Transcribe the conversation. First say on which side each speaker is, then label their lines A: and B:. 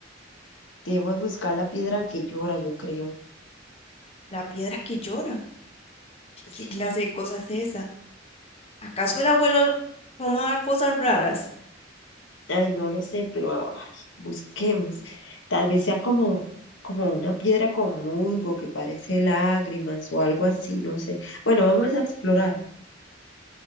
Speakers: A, on the left; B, on the left.
A: debemos buscar la piedra que llora, yo creo.
B: La piedra que llora.
A: Sí.
B: ¿Qué clase de cosa es esa? ¿Acaso el abuelo fumaba cosas raras?
A: Ay, no lo sé, pero ay, busquemos. Tal vez sea como, como una piedra con musgo que parece lágrimas o algo así, no sé. Bueno, vamos a explorar.